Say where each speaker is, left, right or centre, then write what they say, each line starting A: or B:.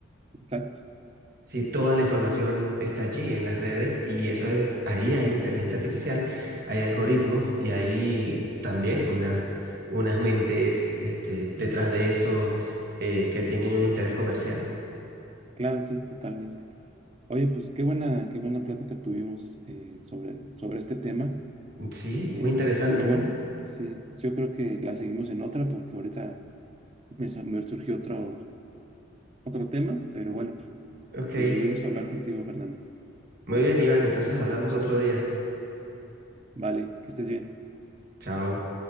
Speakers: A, on the right (about 30°); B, on the right (about 45°).
A: exacto,
B: Sí, toda la información está allí en las redes y eso es, ahí hay inteligencia artificial, hay algoritmos y hay también unas, unas mentes este, detrás de eso eh, que tienen un interés comercial.
A: claro, sí, totalmente. Oye, pues qué buena, qué buena plática tuvimos eh, sobre, sobre este tema.
B: Sí,
A: Eh,
B: muy interesante,
A: pero bueno,
B: ¿no?
A: sí, yo creo que la seguimos en otra porque ahorita me, sa- me surgió otro, otro tema, pero bueno,
B: Ok,
A: eh, me dio gusto hablar contigo, Fernando.
B: muy bien, Iván, entonces hablamos otro día.
A: Vale, que estés bien.
B: Chao.